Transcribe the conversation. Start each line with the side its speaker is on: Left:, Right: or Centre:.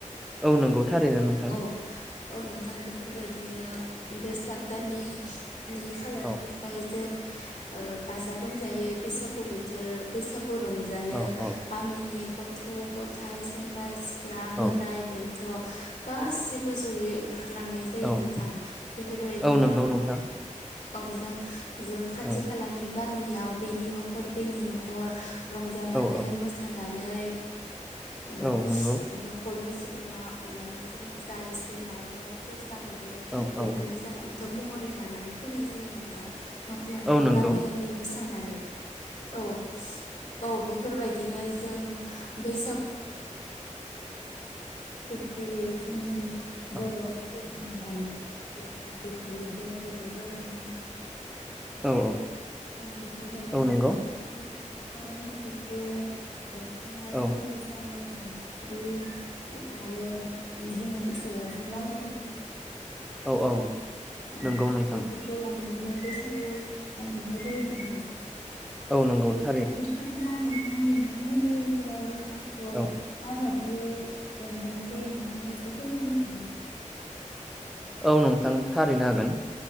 Centre: औ नंगौ थारैनो नोंथां
Left: औ औ नोंथां बेफोरबायदिनो बैसाग दाननि नै खालारनिफ्राय
Centre: औ
Left: जों गाजा गोमजायै बैसागु बोथोर बैसागु रंजानो
Centre: औ औ
Left: गामिनि गथ' गथाइ, सेंग्रा सिख्ला,
Centre: औ
Left: बोराइ बेन थ' गासिबो जयै ओंखारलांनाय जायो
Centre: औ
Left: नोंथां बेफोरबायदिनो
Centre: औ नंगौ नोंथां
Left: औ जों जों खाथि
Centre: औ
Left: खालानि गामियाव बेनि न'खर बेनि न'खर रंजानानै
Centre: औ औ
Left: मोसानानै ओ
Centre: औ नंगौ
Left: न'खरनि सुबुङा अननानै जोंनो जा एसे माइरं फै--ण उम उम सा हरो
Centre: औ
Left: बेखौनो
Centre: औ
Left: जों अन्थब महरै लानानै फैनाय जायो नोंथां। नखर न'खर
Centre: औ नंगौ
Left: गामि गामि मोसानानै औ औ बेफोरबाय दिनो जों बैसागु खख्रि जनि
Centre: औ
Left: बद दालग <inaudible> बेथ ज बेथ जनानै
Centre: औ
Left: <unintelligible> रजनाय जायोबायदि
Centre: औ नंगौ
Left: <unintelligible> खाम, सिफुं, जथा,
Centre: औ
Left: सेर्जा जाबस्रिं आरो औवाजों बानायनाय
Centre: औ औ
Left: ओ
Centre: नंगौ नोंथां
Left: बेफोरखौ <unintelligible> रंजानाय जायो नोंथां
Centre: औ नंगौ था
Left: बिबदिब्ला नोंथां नोंथांमोननि ओनसोलाव बैसागुखौ
Centre: औ
Left: माबादि यै रंजानाय जायो नोंथाङा एसे फोरमायना होनो हागोनना?
Centre: औ नोंथां थारैनो हागोन।